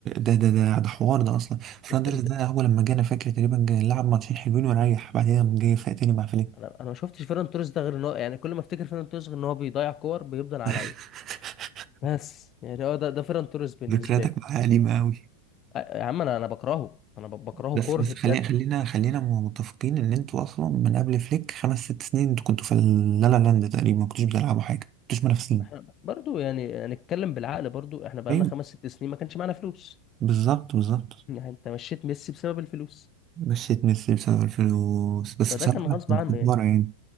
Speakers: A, on the right (about 30°); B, on the left (about 30°).
A: ده ده ده ده حوار ده اصلا فرايد
B: انت
A: رايس
B: انت
A: ده هو لما جانا فاكر تقريبا جاي نلعب ماتشين حلوين ونريح بعدين قام جاي فايق تاني مع فليك
B: انا انا ما شفتش فيران توريس ده غير ان هو يعني كل ما افتكر فيران توريس غير ان هو بيضيع كور بيفضل عليا
A: <laughs>
B: بس يعني هو ده ده فيران توريس بالنسبه
A: ذكرياتك
B: لي
A: معاه قديمة قوي
B: أ- يا عم انا انا بكرهه انا ب- بكرهه
A: بس
B: كره
A: بس
B: بجد
A: خلينا خلينا خلينا متفقين ان انتوا اصلا من قبل فليك خمس ست سنين انتوا كنتوا في اللا لا لاند تقريبا ما كنتوش بتلعبوا حاجة ما كنتوش منافسين
B: ما احنا برضو يعني نتكلم بالعقل برضو احنا بقالنا
A: ايوه
B: خمس ست سنين ما كانش معانا فلوس
A: بالظبط بالظبط
B: يعني انت مشيت ميسي بسبب الفلوس
A: مشيت ميسي بسبب الفلوس بس
B: فده
A: بصراحة
B: كان غصب
A: كنت
B: عنه
A: كنت
B: يعني
A: مرة يعني